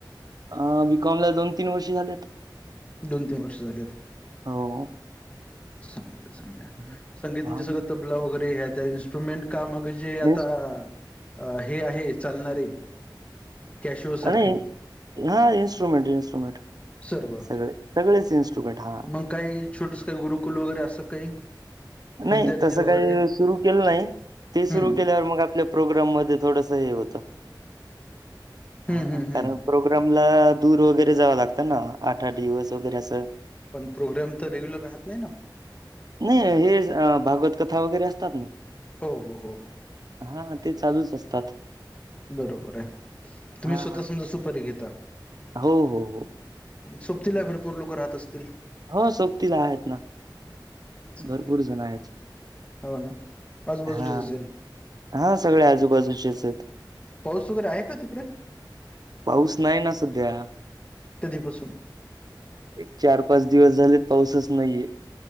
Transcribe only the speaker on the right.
अ बी कॉम ला दोन तीन वर्षी झालेत.
हो.
हा
इन्स्ट-
आणि हा इंस्ट्रुमेंट, इंस्ट्रुमेट.
सगळे, सगळेच इन्स्टुमेंट हा.
नाही
तस
काही सुरू केलं नाही ते
सुरू केल्यावर मग आपल्या प्रोग्राम मध्ये थोडस हे होत
हा
कारण प्रोग्रामला दूर वगैरे जावं लागतं ना आठ, आठ दिवस वगैरे असं.
नाही हे भागवत कथा वगैरे असतातन.
हान ते चालूच असतात.
हा
हो, हो, हो.
हो सोपतीला आहेत ना.
भरपूर जण आहेत.
हा
हा सगळे आजूबाजूचेच आहेत.
पाऊस नाही ना सध्या.
एक, चार, पाच दिवस झालेत पाऊसच नाहीये.